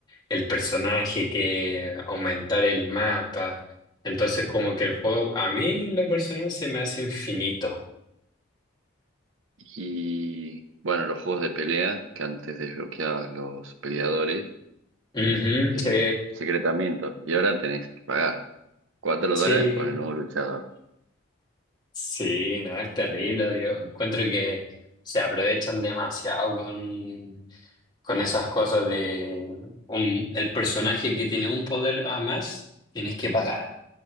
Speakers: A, on the left (about 20°); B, on the right (about 70°).
A: el personaje, que aumentar el mapa. Entonces como que el juego a mí en la persona se me hace infinito.
B: Y bueno, los juegos de pelea, que antes desbloqueabas los peleadores,
A: Ujú,
B: eh,
A: sí.
B: secretamiento. Y ahora tenés que pagar cuatro
A: Sí,
B: dólares por el nuevo luchador.
A: sí, no, es terrible. Yo encuentro que se aprovechan demasiado con, con esas cosas de un- el personaje que tiene un poder a más, tienes que pagar.